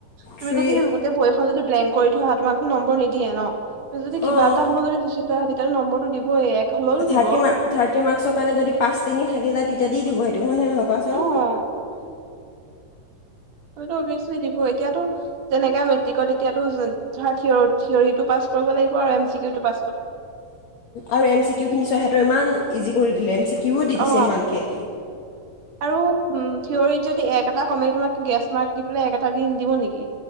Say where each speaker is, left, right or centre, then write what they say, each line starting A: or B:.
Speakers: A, on the right; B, on the left.
A: তুমি
B: থ্ৰী
A: যদি গোটেই বয়খন যদি ব্লেংক কৰি থৈ আহ তোমাকতো নম্বৰ নিদিয়ে ন। যদি কিবা
B: অঁ
A: এটা হ'লে যদি লশ্চিত হয় তেতিয়াাহলে নম্বৰটো দই এক। হ'লেওতো
B: ছাৰ্টি
A: দিব
B: মাক, মাকচৰ কাৰণে যদি পচ তিনি থাকি য তেতিয়া দি দিব। হয় নে নহয়, কোৱাচোন।
A: অ হয়টো অভিয়াচলি দিব এতিয়াতো তেনেককাে মেট্ৰিকত এতিয়ো ধ, থ থটো পাছ। কৰিব লাগিব আৰু এম চিউটো পা
B: আৰু এম চি কিউ খিনি চয় সিহঁতৰ ইমান ইজি কৰি দিলে এম চি কিউও দি
A: অ
B: দিছে ইমানকে।
A: আৰু থিয়ৰিত যদি এক এটা কমে তোমাক গ্ৰেছ মাৰ্ক দি পেলাই এক এটা দি দিব নেকি